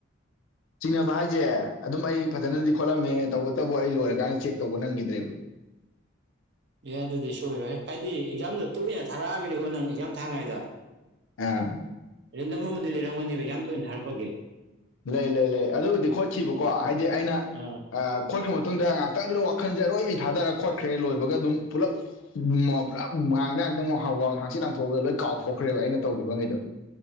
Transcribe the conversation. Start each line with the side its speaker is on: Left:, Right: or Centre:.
Left: ꯆꯤꯡꯅꯕ ꯍꯥꯏꯁꯦ ꯑꯗꯨꯝ ꯑꯩ ꯐꯖꯅꯗꯤ ꯈꯣꯠꯂꯝꯃꯦ ꯇꯧꯕꯇꯕꯨ ꯑꯩ ꯂꯣꯏꯔꯀꯥꯟꯗ ꯆꯦꯛ ꯇꯧꯕ ꯅꯪꯈꯤꯗ꯭ꯔꯦꯕ <unintelligible>
Right: ꯑꯦ ꯑꯗꯨꯗꯤ ꯁꯣꯏꯔꯣꯏ ꯍꯥꯏꯗꯤ ꯑꯦꯛꯖꯥꯝꯗꯣ ꯇꯣꯏꯅ ꯊꯥꯔꯛꯑꯕꯅꯤꯀꯣ ꯅꯪ ꯑꯦꯛꯖꯥꯝ ꯊꯥꯡꯉꯥꯏꯗ
Left: ꯑ
Right: ꯔꯦꯟꯗꯝ ꯑꯃꯗꯤ ꯂꯩꯔꯝꯒꯅꯦꯕ ꯌꯥꯝ ꯇꯣꯏꯅ ꯊꯥꯔꯛꯄꯒꯤꯦ
Left: ꯂꯩ ꯂꯩ ꯂꯩ ꯑꯗꯨꯕꯨꯗꯤ ꯈꯣꯠꯈꯤꯕꯀꯣ ꯍꯥꯏꯗꯤ ꯑꯩꯅ
Right: ꯑꯥ
Left: ꯈꯣꯠꯈ꯭ꯔ ꯃꯇꯨꯡꯗ ꯉꯥꯏꯍꯥꯛꯇꯪꯗꯨꯗ ꯟꯁꯦ ꯑꯔꯣꯏꯕꯤ ꯊꯥꯗꯔ ꯈꯣꯠꯈ꯭ꯔꯦ ꯂꯣꯏꯕꯒ ꯑꯗꯨꯝ ꯄꯨꯂꯞ ꯄꯨꯂꯞ ꯉꯥꯡꯇ ꯉꯥꯛꯇꯪ ꯍꯥꯎꯒ ꯍꯆꯤ ꯂꯥꯡꯊꯣꯛꯄꯗ ꯂꯣꯏ ꯀꯥꯎꯊꯣꯛꯈ꯭ꯔꯦꯕ ꯑꯩꯅ ꯇꯧꯈꯤꯕꯈꯩꯗꯣ